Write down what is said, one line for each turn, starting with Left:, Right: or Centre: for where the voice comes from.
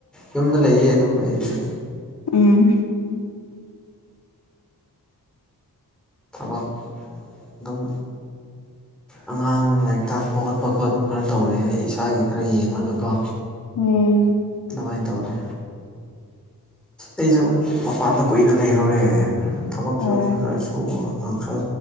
Centre: ꯌꯨꯝꯗ ꯂꯩꯌꯦ ꯑꯗꯨꯝ ꯑꯩꯗꯤ
Left: ꯎꯝ
Centre: ꯊꯕꯛ ꯑꯗꯨꯝ
Left: <inaudible>
Centre: ꯑꯉꯥꯡ ꯂꯥꯏꯔꯤꯛ ꯇꯥꯛꯄ ꯈꯣꯠꯄ ꯈꯣ ꯑꯗꯨꯝ ꯈꯔ ꯇꯧꯔꯦ ꯑꯩ ꯏꯁꯥꯒꯤ ꯈꯔ ꯌꯦꯡꯂꯒꯀꯣ
Left: ꯎꯝ
Centre: ꯃꯥꯏ ꯇꯧꯔꯦ ꯑꯩꯁꯨ ꯃꯄꯥꯟꯗ ꯀꯨꯏꯅ ꯂꯩꯔꯨꯔꯦ ꯊꯕꯛꯁꯨꯨ
Left: ꯑꯣ
Centre: ꯈꯔ ꯁꯨꯕ ꯈꯔ